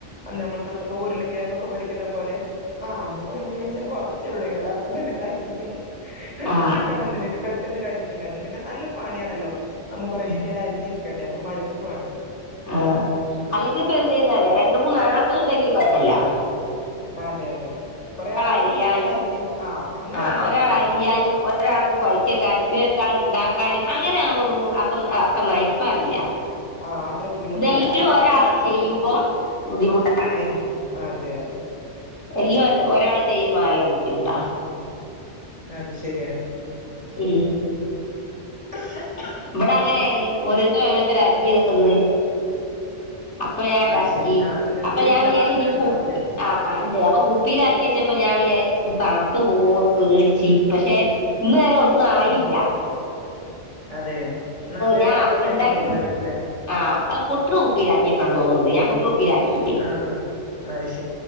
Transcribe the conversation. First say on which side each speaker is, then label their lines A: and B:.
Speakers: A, on the left; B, on the left.
A: അന്ന് നമ്മൾ നമ്മളിപ്പം ഉരുളം കിഴങ്ങൊക്കെ പൊരിക്ക ക്കുന്ന പോലെ ആ അന്ന് കൊഴഞ്ഞു പോയി ലേശം കൊറ ച്ചേ ഉള്ളേന് അതപ്പം തന്നെ കഴിഞ്ഞു എടുത്ത്
B: ആ
A: വെക്കാനൊന്നും ഇല്ലായിരുന്നു പെ പെട്ടെന്ന് കഴിഞ്ഞിട്ടുണ്ടായിരുന്നു പിന്നെ നല്ല പണിയാണല്ലോ നമ്മ കൊറേ
B: ഉം
A: നേരം അരിഞ്ഞിരി ക്കണ്ടേ അപ്പൊ മടുപ്പും ആണ്
B: ആ അല്ലെങ്കിൽ പിന്നെ എന്ത് ഇരുന്നാൽ രണ്ടു മൂന്ന് ആപ്പിൾ ഉണ്ടെങ്കിൽ കുഴപ്പല്യ
A: അതെ അതെ കുറെ ആളുകൾ
B: അരിയാനും
A: കൂടീട്ട് അരിഞ്ഞു ആ അങ്ങനെ
B: ആഹ്
A: ആകുമ്പോൾ
B: ഒരാൾ
A: ഒക്കെ ആണ്
B: അരിയാനും ഒരാൾ കുഴച്ച് വെക്കാനും പിന്നെ ഒരാൾ അത് ഉണ്ടാക്കാനും അങ്ങനെ ആകുമ്പോൾ <unintelligible> അപ്പം അറീല
A: ആഹ് അത്ര ബുദ്ധിമുട്ടില്ല
B: ഇത് എല്ലാം ഒരാൾ
A: എല്ലാവർക്കും
B: ചെയ്യുമ്പോൾ
A: ഒരുപോലെ
B: ബുദ്ധിമുട്ട് ആണ്
A: ഭയ <unintelligible>
B: എല്ലാം ഒരാൾ ചെയ്യുമ്പോൾ ആണല്ലോ ബുദ്ധിമുട്ട് ബുദ്ധിമുട്ടാണ്
A: അത് ശരിയാണ്
B: മ്മ്
A: <inaudible>
B: ഇവിടെ അങ്ങനെ ആണ് ഓരോരുത്തർ ഓരോരുത്തരായി അരിഞ്ഞു തരും അപ്പൊ ഞാൻ ഉണ്ടാക്കി
A: അത് ശരി ആഹ് നിങ്ങൾക്ക്
B: അപ്പൊ
A: വീട്ടിൽ
B: ഞാൻ വിചാരിച്ചു
A: ആളുകൾ
B: ഇനി
A: ഉണ്ടാവൂല്ലേ
B: കുപ്പി ആ ഉണ്ട് കുപ്പീൽ ആക്കി വെച്ചപ്പോൾ ഞാൻ വിചാരിച്ചു തണുത്തു പോകോ എന്ന് പേടിച്ച് പക്ഷെ ഈ നേരം ഒന്നും ആയീല
A: ആഹ് അതെ നല്ല
B: ഞാൻ
A: ടൈറ്റ് ആയിട്ട്
B: ഉണ്ടാക്കി
A: മൂടുവായിരിക്കുംല്ലേ
B: ആ പൊട്ടണ കുപ്പീൽ ആക്കി വെക്കണം എന്ന് തോന്നുന്നുണ്ട് ഞാൻ പൊട്ടണ കുപ്പീൽ ആക്കീൻ
A: ആഹ് ആഹ് അത് ശരി